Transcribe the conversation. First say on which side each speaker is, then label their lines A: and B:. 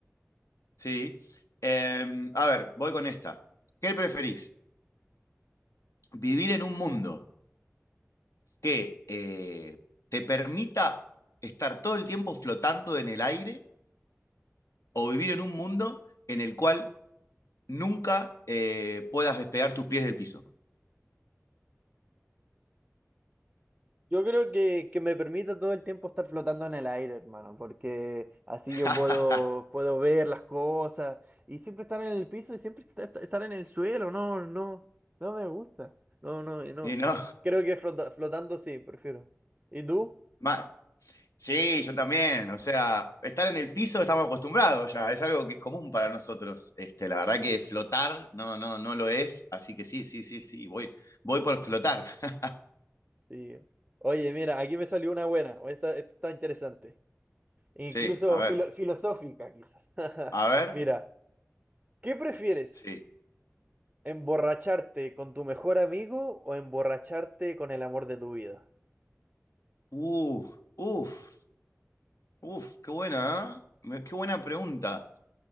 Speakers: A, on the left (about 75°); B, on the right (about 20°).
A: sí. Em, a ver, voy con esta. ¿Qué preferís? ¿Vivir en un mundo que eh, te permita estar todo el tiempo flotando en el aire o vivir en un mundo en el cual nunca eh, puedas despegar tus pies del piso.
B: Yo creo que, que me permite todo el tiempo estar flotando en el aire, hermano, porque así
A: <laughs>
B: yo puedo, puedo ver las cosas y siempre estar en el piso y siempre est- est- estar en el suelo, no, no, no me gusta, no, no, y no.
A: y no,
B: Creo que flota- flotando sí, prefiero. ¿Y tú?
A: mal. Sí, yo también. O sea, estar en el piso estamos acostumbrados ya. Es algo que es común para nosotros. Este, la verdad que flotar no, no, no lo es. Así que sí, sí, sí, sí. Voy, voy por flotar. <laughs>
B: Sí. Oye, mira, aquí me salió una buena, esta, esta está interesante, incluso
A: Sí, a ver.
B: filo- filosófica quizás. <laughs>
A: A ver.
B: Mira, ¿qué prefieres?
A: Sí.
B: ¿Emborracharte con tu mejor amigo o emborracharte con el amor de tu vida?
A: Uh, uf. Uf, qué buena, ¿eh? Me- Qué buena pregunta.